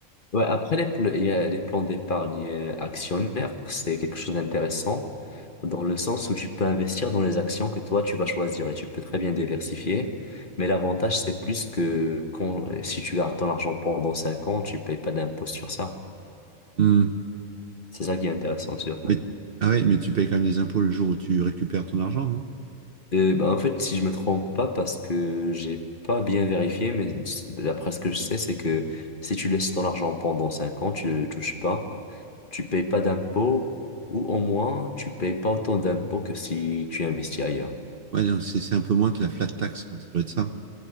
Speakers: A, on the left; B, on the right.
A: Ouais, après, les, pl- il y a les plans d'épargne actionnaire, c'est quelque chose d'intéressant dans le sens où tu peux investir dans les actions que toi, tu vas choisir et tu peux très bien diversifier. Mais l'avantage, c'est plus que quand, si tu gardes ton argent pendant 5 ans, tu payes pas d'impôt sur ça.
B: Hmm.
A: C'est ça qui est intéressant sur ça.
B: Mais, ah ouais, mais tu payes quand même des impôts le jour où tu récupères ton argent, non?
A: Euh, bah, en fait, si je me trompe pas, parce que j'ai pas bien vérifié, mais d'après ce que je sais, c'est que si tu laisses ton argent pendant 5 ans, tu le touches pas, tu payes pas d'impôts, ou au moins, tu payes pas autant d'impôts que si tu investis ailleurs.
B: Ouais, donc c'est c'est un peu moins que la flat tax, quoi. Ça doit être ça.